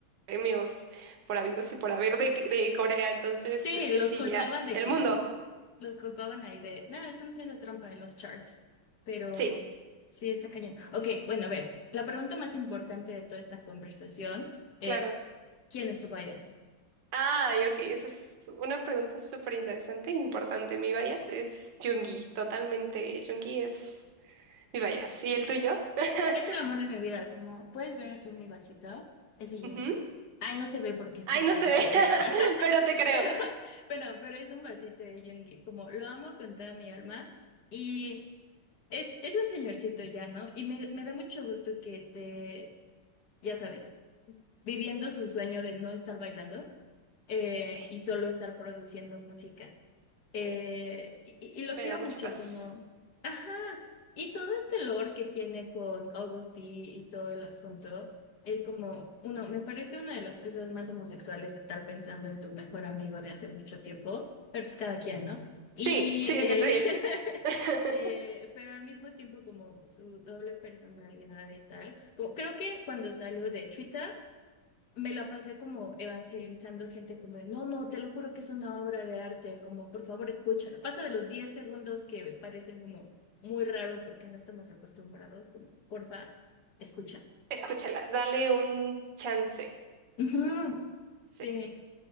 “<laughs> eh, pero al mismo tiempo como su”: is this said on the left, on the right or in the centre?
Left